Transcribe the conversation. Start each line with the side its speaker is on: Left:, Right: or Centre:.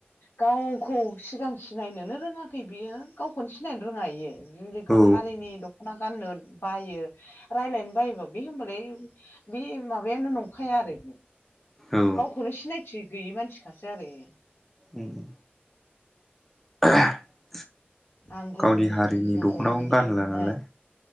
Left: गावखौ सिगां सिनायनोनो रोङाखै बियो गावखौनो सिनायनो रोङा इयो। जों जे
Centre: औ
Left: हारिनि द ख'ना गाननो बायो रायलायनो बायोबा बे होमबालाय बे माबायानो नंखाया आरोबि
Centre: औ
Left: गावखौनो सिनायथि गैयि मानसिखासो आरो इ
Centre: उम <unintelligible>
Left: आं गुबुन
Centre: गावनि हारिनि
Left: गुबुन
Centre: दख'नाखौनो गानला नालाय
Left: ओ